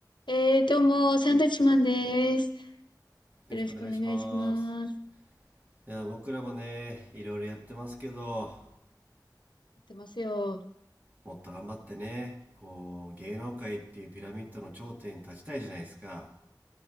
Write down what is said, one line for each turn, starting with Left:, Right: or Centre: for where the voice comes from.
Left: えー、どうも、サンドイッチマンです。
Right: よろしくお願いします。
Left: よろしくお願いします。
Right: いや、僕らもね、いろいろやってますけど、
Left: やってますよ。
Right: もっと頑張ってね、こう、芸能界っていうピラミッドの頂点に立ちたいじゃないですか。